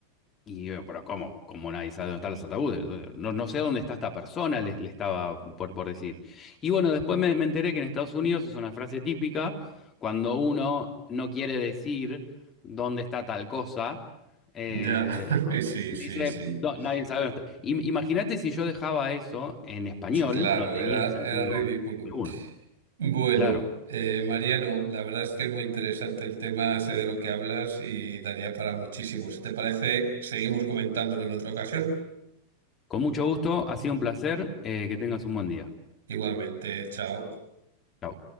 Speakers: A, on the left; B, on the right.
A: y yo, pero ¿cómo? ¿Cómo nadie sabe dónde están los ataúdes? No, no sé dónde está esta persona, le, le estaba por, por decir. Y bueno, después me, me enteré que en Estados Unidos es una frase típica cuando uno no quiere decir dónde está tal cosa. eh,
B: ya, <laughs> sí,
A: dice,
B: sí, sí.
A: "No,
B: <laughs>
A: nadie sabe dónde está". Im- Imagínate si yo dejaba eso en español,
B: Claro,
A: no tenía
B: era,
A: sentido
B: era ridículo.
A: alguno.
B: Bueno,
A: Claro.
B: eh, Mariano, la verdad es que es muy interesante el tema, sé de lo que hablas y daría para muchísimo. Si te parece, seguimos comentándolo en otra ocasión.
A: Con mucho gusto, ha sido un placer, eh, que tengas un buen día.
B: Igualmente, chao.
A: Chao.